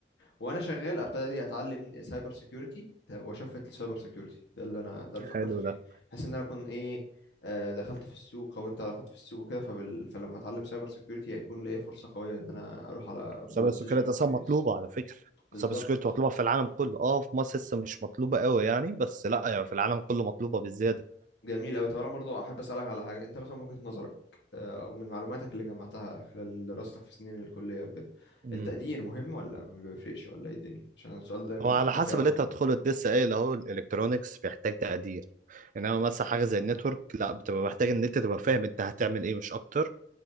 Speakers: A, on the left; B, on the right.
A: وانا شغال ابتدي اتعلم سايبر سيكيورتي واشفت للسايبر سيكيورتي ده اللي انا ده اللي فكرت
B: حلو
A: فيه
B: ده
A: بحيث ان انا اكون ايه آه، دخلت في السوق كونت علاقات في السوق وكده فبال... فلما اتعلم سايبر سيكيورتي هيكون ليا فرصه قويه ان انا اروح على
B: مسابقة
A: بوزيشن
B: السكريات أصلا
A: كويس
B: مطلوبة على فكرة
A: بالظبط
B: مسابقة السكريات مطلوبة في العالم كله اه في مصر لسه مش مطلوبة قوي يعني بس لا يعني في العالم كله مطلوبة بالزيادة
A: جميل قوي طب انا برضو احب اسالك على حاجه انت مثلا من وجهه نظرك آه، او من معلوماتك اللي جمعتها خلال دراستك في سنين الكليه وكده
B: امم
A: التقدير مهم ولا ما بيفرقش ولا ايه الدنيا عشان السؤال ده دايما
B: هو على
A: بفكر
B: حسب
A: فيه على
B: اللي
A: طول
B: انت هتدخله انت لسه قايل اهو الالكترونكس بيحتاج تقدير انما مثلا حاجه زي النتورك لا بتبقى محتاج ان انت تبقى فاهم انت هتعمل ايه مش اكتر